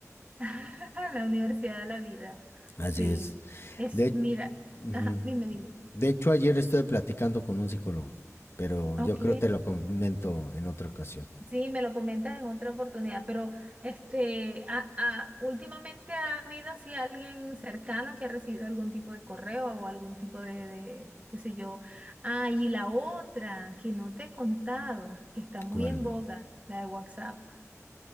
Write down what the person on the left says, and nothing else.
Así
es.
De,
uh -huh.
De hecho, ayer estuve platicando con un psicólogo, pero
yo creo te lo comento en otra ocasión.
¿Cuál?